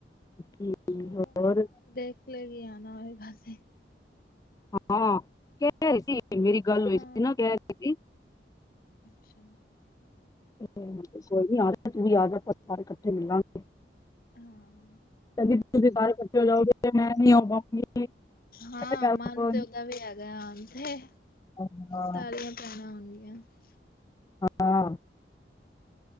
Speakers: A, on the left (about 20°); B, on the left (about 55°).
A: ਠੀਕ,
B: ਚਲੋ
A: ਹੋਰ
B: ਦੇਖ ਲੇਨੀ ਆ <unintelligible>
A: ਹਾਂ ਕਿ ਸੀ। ਮੇਰੀ ਗੱਲ ਹੋਈ
B: ਹਾਂ
A: ਸੀ ਨਾ ਕਹਿ ਰਹੇ ਸੀ।
B: ਅੱਛਾ,
A: <unintelligible> <unintelligible>
B: ਹਾਂ
A: <unintelligible>
B: ਹਾਂ
A: ਗੱਲ
B: ਮਨ
A: ਹੋਣੀ
B: ਤੇ ਉਹਦਾ ਵੀ ਹੈਗਾ ਆ ਤੇ
A: ਹਾਂ
B: ਸਾਰੀਆਂ ਪੈਣਾਂ ਆਣਗੀਆਂ। <unintelligible>
A: ਹਾਂ,